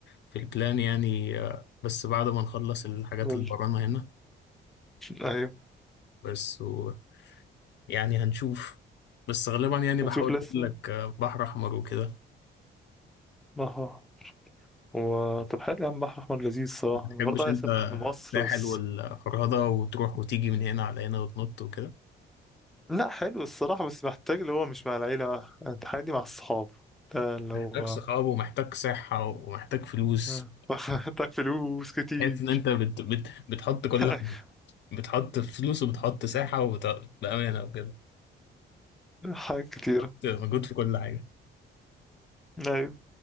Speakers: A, on the left (about 60°); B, in the centre.
A: في البلان يعني آه، بس بعد ما نخلص الحاجات
B: قول
A: اللي ورانا هنا
B: أيوة
A: بس و... يعني هنشوف بس غالبا يعني بحاول
B: هتشوف لسه
A: اقول لك آه، بحر احمر وكده
B: بحر أحمر. و طب حلو يا عم بحر أحمر لذيذ الصراحة
A: ما بتحبش
B: أنا برضه عايز
A: انت
B: أسافر في مصر
A: الساحل
B: بس
A: والفرهدة وتروح وتيجي من هنا على هنا وتنط وكده
B: لا حلو الصراحة بس محتاج اللي هو مش مع العيلة بقى انت حاجة دي مع الصحاب ده اللي
A: محتاج
B: هو
A: صحاب ومحتاج صحة ومحتاج فلوس
B: آه. <laughs> محتاج فلوس كتير
A: تحس ان انت بت... بت... بتحط كل
B: <laughs>
A: حاجه بتحط فلوس وبتحط ساحه وبت... بامانه بجد
B: حاجات كتيرة
A: بتحط مجهود في كل حاجه
B: ايوه